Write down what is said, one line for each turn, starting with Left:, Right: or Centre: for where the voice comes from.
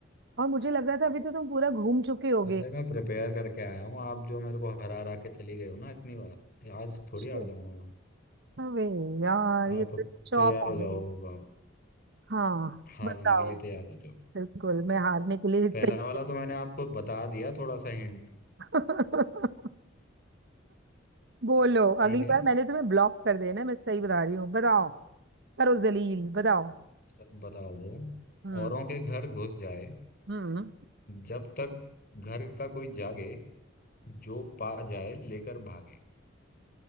Right: और मुझे लग रहा था अभी तो तुम पूरा घूम चुके होगे
Left: अरे मैं प्रिपेयर करके आया हूँ आप जो मेरे को हरा हरा के चली गए हो ना इतनी बार आज थोड़ी हार
Right: Shit.
Left: जाऊंगा
Right: अबे यार ये
Left: आप
Right: तो
Left: अब
Right: चौप
Left: तैयार
Right: हो
Left: हो
Right: गई
Left: जाओ आप
Right: हाँ
Left: हारने
Right: बताओ
Left: के लिए तैयार हो जाओ
Right: बिल्कुल मैं हारने के लिए
Left: पहला
Right: तैयार
Left: वाला तो मैंने आपको बता दिया थोड़ा सा हिंट
Right: <laughs> बोलो
Left: ठीक
Right: अगली
Left: है
Right: बार मैंने तुम्हें ब्लॉक कर देना मैं सही बता रही हूँ बताओ करो जलील बताओ
Left: तब बताओ वो
Right: हम्म
Left: औरों के घर घुस जाए
Right: हम्म
Left: जब तक घर का कोई जागे जो पा जाए लेकर भागे